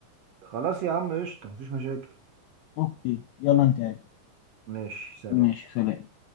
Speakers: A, on the right; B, on the left.
A: خلاص يا عم قشطة مفيش مشاكل
B: أوكي يلا نتقابل
A: ماشي سلام
B: ماشي سلام